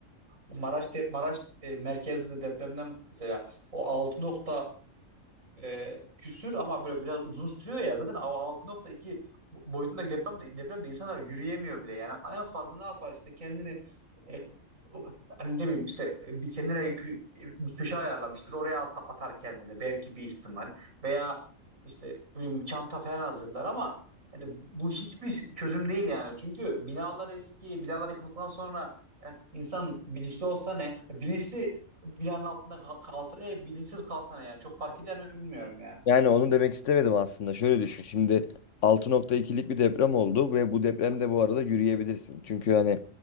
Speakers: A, on the right; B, on the left.
A: Maraş de- Maraş e, merkezli depremden mesela o altı nokta e, küsür ama böyle biraz uzun sürüyor ya. Zaten o altı nokta iki boyutundaki deprem de, depremde insanlar yürüyemiyor bile. Yani en fazla ne yapar işte kendini e, o- hani ne bileyim işte e, bir kenara kö- e, bir köşe ayarlamıştır. Oraya at- atar kendini belki bir ihtimal veya işte ne bileyim çanta falan hazırlar ama yani bu hiçbir çözüm değil yani. Çünkü binalar eski, binalar yıkıldıktan sonra e, insan bilinçli olsa ne? Bilinçli Bilenin altında kal- kalsa ne, bilinçsiz kalsa ne yani. Çok fark eder mi bilmiyorum ya.
B: Yani onu demek istemedim aslında. Şöyle düşün. Şimdi altı nokta ikilik bir deprem oldu ve bu depremde bu arada yürüyebilirsin. Çünkü hani